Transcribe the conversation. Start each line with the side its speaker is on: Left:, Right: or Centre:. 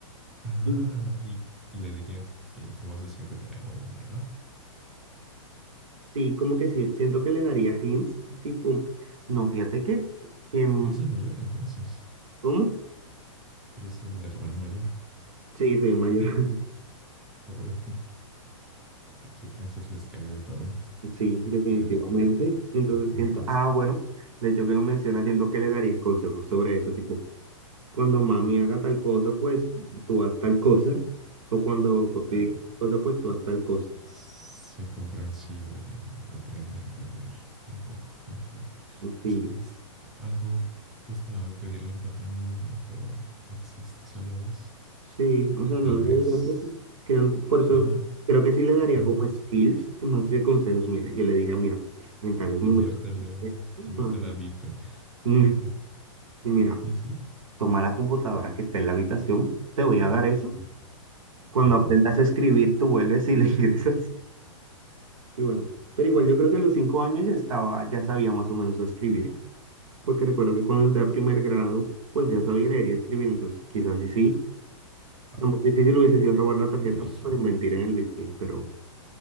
Centre: Ajá,
Right: Y
Centre: y, y le dirías que cómo se siente tener uno, ¿no?
Right: sí, como que sí, siento que le daría hints, tipo, no, fíjate que, que, mm,
Centre: Eres el mayor, entonces.
Right: ¿cómo?
Centre: Eres el hermano mayor.
Right: Sí, soy el mayor. <laughs>
Centre: Uy, a esos, a esos les cae de todo.
Right: Sí, definitivamente.
Centre: Te lo,
Right: Entonces
Centre: sí, sí
Right: siento,
Centre: me pasa.
Right: ah, bueno, de hecho que lo menciona, siento que le daría consejos sobre eso, tipo. cuando mami haga tal cosa, pues tú haz tal cosa, o cuando papi
Centre: Claro.
Right: diga tal cosa, pues tú haz tal cosa.
Centre: Sé comprensivo y em- aprende a entender un poco mejor.
Right: Sí,
Centre: Es que es algo cuestionable pedirle empatía a un niño, solo existe y solo es.
Right: sí, o sea,
Centre: Y
Right: no,
Centre: tal
Right: no,
Centre: vez,
Right: no, no, creo- por eso
Centre: ajá,
Right: creo que sí le daría
Centre: ujú,
Right: como skills, más que consejos, mira, yo le diría, mira, en tales momentos,
Centre: inviértele,
Right: ajá,
Centre: inviértele al Bitcoin.
Right: mm,
Centre: <laughs>
Right: y mira,
Centre: ¿Y sí?
Right: toma la computadora que está en la habitación, te voy a dar eso,
Centre: Mm,
Right: cuando
Centre: Ajá,
Right: aprendas a escribir, tú vuelves y le <laughs> ingresas, y bueno, pero igual yo creo que a los cinco años ya estaba, ya sabía más o menos escribir. porque recuerdo que cuando entré a primer grado, pues ya sabía leer y escribir, entonces quizás sí sí.
Centre: wow,
Right: Lo más difícil hubiese sido robar la tarjeta
Centre: prodigio.
Right: para invertir en el Bitcoin, pero